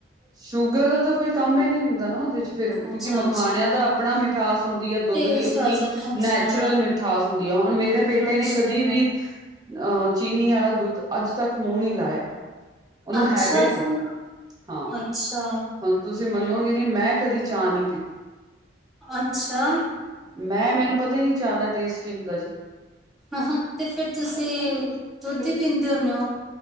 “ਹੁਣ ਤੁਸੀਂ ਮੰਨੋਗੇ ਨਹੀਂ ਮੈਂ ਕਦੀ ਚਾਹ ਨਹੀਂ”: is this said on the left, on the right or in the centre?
Right